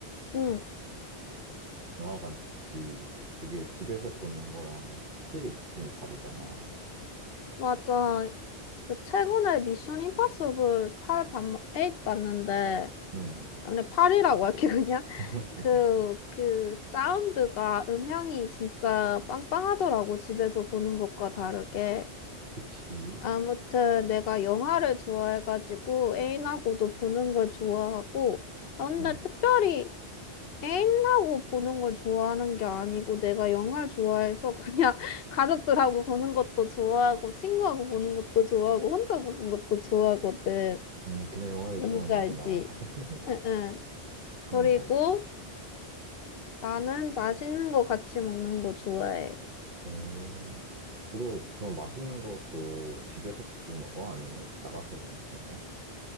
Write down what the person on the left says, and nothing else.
응,
맞아. 그 최근에 미션 임파서블 8 봤, 팔 봤는데,
아, 그냥 8이라고 할게, 그냥.
<laughs> 그, 그 사운드가, 음향이 진짜 빵빵하더라고, 집에서 보는 것과 다르게.
아무튼 내가 영화를 좋아해가지고 애인하고도 보는 걸 좋아하고 아, 근데
특별히 애인하고 보는 걸 좋아하는 게 아니고 내가 영화를 좋아해서 그냥 <laughs> 가족들하고 보는 것도 좋아하고 친구하고 보는 것도 좋아하고 혼자 보는 것도 좋아하거든.
뭔지
알지?
응응. 그리고
나는 맛있는 거 같이 먹는 거 좋아해.